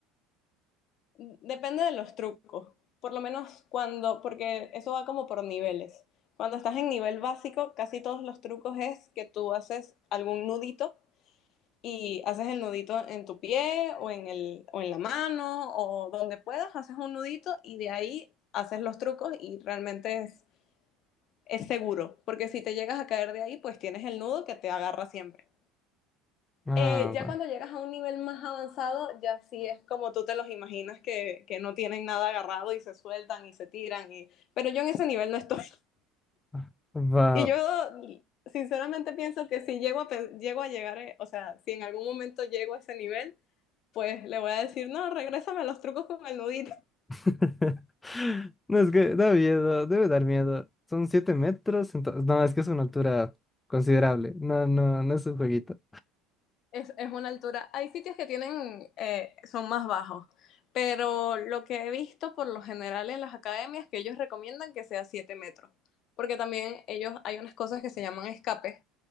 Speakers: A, on the left (about 55°); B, on the left (about 15°).
A: Depende de los trucos. Por lo menos cuando, porque eso va como por niveles. Cuando estás en nivel básico, casi todos los trucos es que tú haces algún nudito y haces el nudito en tu pie o en, el, o en la mano o donde puedas, haces un nudito y de ahí haces los trucos y realmente es, es seguro, porque si te llegas a caer de ahí, pues tienes el nudo que te agarra siempre.
B: Ah,
A: Eh, ya
B: va.
A: cuando llegas a un nivel más avanzado, ya sí es como tú te los imaginas que, que no tienen nada agarrado y se sueltan y se tiran. Y... Pero yo en ese nivel no estoy. <laughs>
B: ah, Va.
A: Y yo sinceramente pienso que si llego a, pe- llego a llegar, eh, o sea, si en algún momento llego a ese nivel, pues le voy a decir, no, regrésame a los trucos con el nudito.
B: <laughs> No, es que da miedo, debe dar miedo. Son siete metros, entonces, no, es que es una altura considerable. No, no, no es un jueguito.
A: Es, es una altura. Hay sitios que tienen, eh, son más bajos, pero lo que he visto por lo general en las academias que ellos recomiendan que sea 7 metros, porque también ellos hay unas cosas que se llaman escapes,